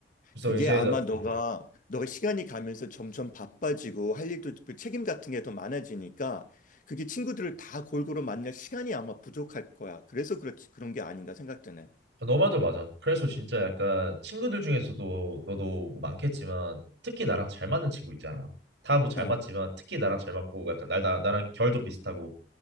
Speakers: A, on the right; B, on the left.
A: 그래서
B: 그게
A: 이제
B: 아마
A: 나-
B: 너가
A: 음,
B: 너가 시간이 가면서 점점 바빠지고 할 일도 그 책임 같은 게 더 많아지니까 그게 친구들을 다 골고루 만날 시간이 아마 부족할 거야. 그래서 그렇지 그런 게 아닌가 생각되네.
A: 아, 너말도 맞아. 그래서 진짜 약간 친구들 중에서도 너도 뭐 많겠지만 특히 나랑 잘 맞는 친구 있잖아. 다 뭐 잘
B: 어,
A: 맞지만 특히 나랑 잘 맞고 약간 날, 나, 나랑 결도 비슷하고.